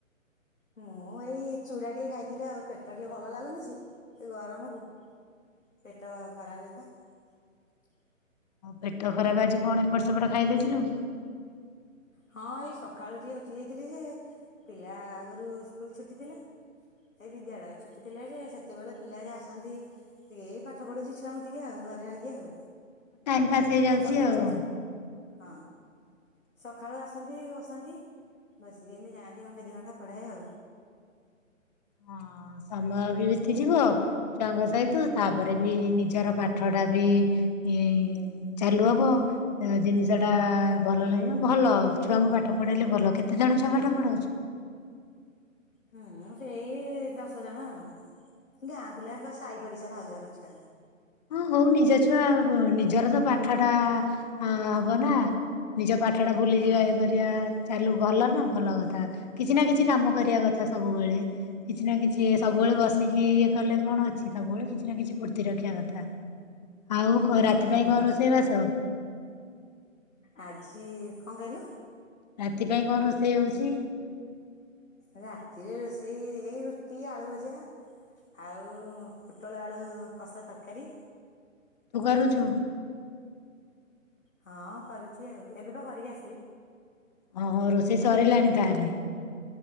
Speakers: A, on the left (about 70°); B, on the left (about 30°).
A: ମୁଁ ଏଇ ଚୂଡା ଟିକେ ଖାଇଥିଲି ଆଉ ପେଟ ଟିକେ ଭଲ ଲାଗୁନି ସେ ଏ ଗରମକୁ ପେଟ ଖରାପ ହେଇଥିଲା
B: ପେଟ ଖରାପ ଆଜି କଣ ଏପଟ ସେପଟ ଖାଇ ଦେଇେଇଥିଲୁ କି?
A: ହଁ ଏଇ ସକାଳୁ ଟିକେ ଉଠି ଯାଇଥିଲି ଯେ ପିଲା ଆଗରୁ ସ୍କୁଲ ଛୁଟି ଥିଲା ଏଇ ବିଦ୍ୟାଳୟ ଛୁଟି ଥିଲା ଯେ ସେତେବେଳେ ପିଲା ଯା ଆସନ୍ତି ଟିକେ ଏଇ ପାଠ ପଢୁଛି ଛୁଆଙ୍କୁ ଟିକେ ଆଉ ଘରେ ରହିକି ଆଉ
B: ଟାଇମ ପାସ୍ ହେଇଯାଉଛି
A: ସକାଳୁ
B: ଆଉ।
A: ଆସ ହଁ ସକାଳୁ ଆସନ୍ତି ବସନ୍ତି। ବସିକି ଏମିତି ଯାଆନ୍ତି ଘାଣ୍ଟି ଦି ଘଣ୍ଟା ପଢାଏ ଆଉ।
B: ହଁ ସମୟ ବି ବିତିଯିବ ଛୁଆଙ୍କ ସହିତ ତାପରେ ବି ନିଜର ପାଠ ଟା ବି ଏଇ ଚାଲୁ ହବ ଜିନିଷ ଟା ଭଲ ଲାଗିବ ଭଲ ଛୁଆଙ୍କୁ ପାଠ ପାଠ ପଢେଇଲେ ଭଲ କେତେ ଜଣ ଛୁଆ ପାଠ ପଢଉଚୁ?
A: ହୁଁ ସେଇ ଦଶ ଜଣ ଆଉ। ଗାଁ ପିଲା ସାଇ ପଡିଶା ଭାଉଜର ଛୁଆ ରା।
B: ହଁ ହଉ ନିଜ ଛୁଆ ନିଜର ତ ପାଠ ଟା ହବ ନା ନିଜ ପାଠ ଟା ଭୁଲି
A: ହଁ
B: ଯିବା ଇଏ କରିବା ଚାଲୁ ଭଲ ନା ଭଲ କଥା କିଛି ନା କିଛି କାମ କରିବା କଥା ସବୁବେଳେ। କିଛି ନା କିଛି ସବୁବେଳେ
A: ହଁ
B: ବସିକି ଇଏ କଲେ କଣ ଅଛି ସବୁବେଳେ କିଛି ନା କିଛି ଫୁର୍ତ୍ତି ରଖିବା କଥା। ଆଉ କ ରାତି
A: ହୁଁ
B: ପାଇଁ କଣ ରୋଷେଇବାସ?
A: ଆଜି କଣ କହିଲୁ
B: ରାତି ପାଇଁ କଣ ରୋଷେଇ ହୋଉଚି?
A: ରାତିରେ ରୋଷେଇ ଏଇ ରୁଟି ଆଳୁ ଭଜା। ଆଉ ପୋଟଳ ଆଳୁ କଷା ତରକାରୀ
B: ତୁ କରୁଛୁ
A: ହଁ କରୁଛି ଆଉ ଏବେ ବା କରିକି ଆସିଲି।
B: ହଁହ ରୋଷେଇ ସରିଲାଣି ତାହେଲେ